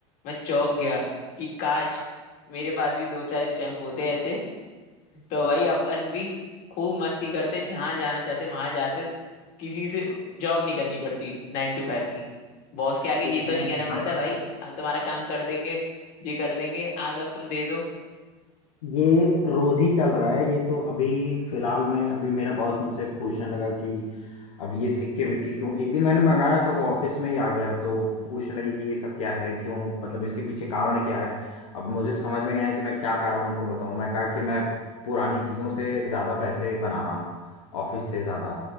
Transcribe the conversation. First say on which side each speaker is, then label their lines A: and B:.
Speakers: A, on the left; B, on the left.
A: मैं चौंक गया कि काश मेरे पास भी दो चार स्टैम्प होते ऐसे <laughs> तो भाई अपन भी खूब मस्ती करते जहां जाना चाहते वहां जाते किसी से जॉब नहीं करनी पड़ती नाइन टू फाइव की बॉस के आगे
B: कुछ
A: ये तो
B: नहीं
A: नहीं कहना
B: करना
A: पड़ता
B: पड़ता
A: भाई हम तुम्हारा काम कर देंगे ये कर देंगे आ बस तुम दे दो <laughs>
B: ये रोज ही चल रहा है ये तो अभी फिलहाल में अभी मेरा बॉस मुझसे पूछने लगा कि अब ये सिक्के विक्के क्यों एक दिन मैंने मंगाया था वो ऑफिस में ही आ गया तो पूछने लगी कि ये सब क्या है क्यों मतलब इसके पीछे कारण क्या है अब मुझे समझ में नहीं आया कि मैं क्या कारण उनको बताऊं मैं कहा कि मैं पुरानी चीजों से ज्यादा पैसे बना रहा हूँ ऑफिस से ज्यादा